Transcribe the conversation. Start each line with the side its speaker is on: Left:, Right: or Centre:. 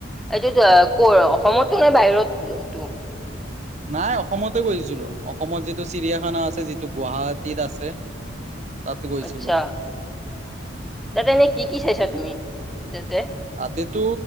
Centre: এইটোত কৰ অসমৰটো নে বাহিৰত টো?
Right: নাই অসমতে গৈছিলোঁ অসমত যিটো চিৰিয়াখানা আছে যিটো গুৱাহাটীত আছে। তাতে গৈছিলো
Centre: আচ্ছা তাতে এনেই কি কি চাইছা তুমি তাতে?
Right: তাতেটো